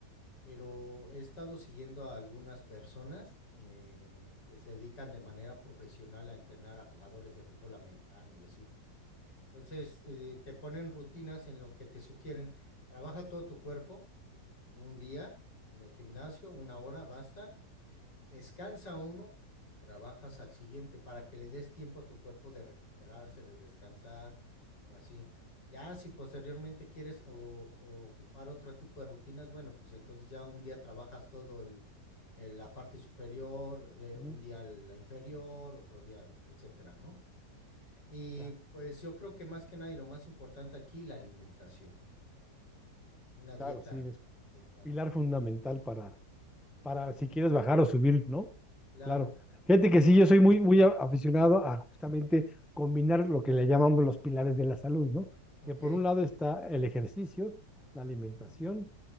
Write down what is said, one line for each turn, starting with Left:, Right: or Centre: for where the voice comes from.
Left: Pero he estado siguiendo a algunas personas eh, que se dedican de manera profesional a entrenar a jugadores de fútbol americano y así. Entonces, eh, te ponen rutinas en las que te sugieren, trabaja todo tu cuerpo un día en el gimnasio, una hora, basta. Descansa uno y trabajas al siguiente para que le des tiempo a tu cuerpo de recuperarse, de descansar o así. Ya si posteriormente quieres o, o ocupar otro tipo de rutinas, bueno, pues entonces ya un día trabajas todo el, el- la parte superior, eh,
Centre: Ujú.
Left: un día la inferior, otro día, etcétera, ¿no? Y
Centre: Claro,
Left: pues yo creo que más que nada y lo más importante aquí, la alimentación, una dieta
Centre: claro, sí, es
Left: a- adecuada.
Centre: pilar fundamental para, para si quieres bajar o subir, ¿no?
Left: Claro,
Centre: Claro. Fíjate que sí, yo soy muy, muy a- aficionado a justamente combinar lo que le llamamos los pilares de la salud, ¿no?
Left: ok.
Centre: Que por un lado está el ejercicio, la alimentación
Left: Ujú.